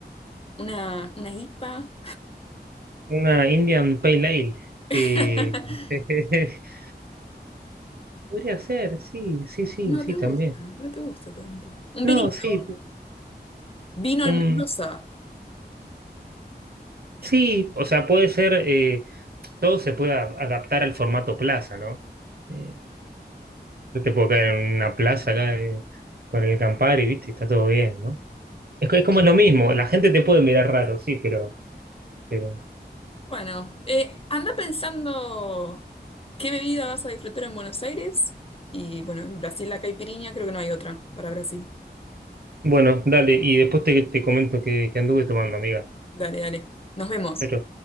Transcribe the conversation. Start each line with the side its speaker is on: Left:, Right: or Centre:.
Left: Una, una IPA.
Right: Una Indian Pale Ale.
Left: <laughs>
Right: eh, <laughs> podría ser, sí, sí, sí,
Left: No
Right: sí,
Left: te
Right: también.
Left: gusta, no te gusta tanto. Un
Right: No,
Left: vinito,
Right: sí,
Left: vino
Right: un
Left: en Mendoza.
Right: Sí, o sea, puede ser, eh, todo se puede a- adaptar al formato plaza, ¿no? Eh, yo te puedo caer en una plaza acá eh, con el Campari, ¿viste? Y Está todo bien, ¿no? Es, co- es como lo mismo, la gente te puede mirar raro, sí, pero, pero...
Left: Bueno, eh, anda pensando qué bebida vas a disfrutar en Buenos Aires. Y bueno, en Brasil la caipirinha, creo que no hay otra para Brasil.
Right: Bueno, dale, y después te, te comento que, que anduve tomando, amiga.
Left: Dale, dale. Nos vemos.
Right: Chau, chau.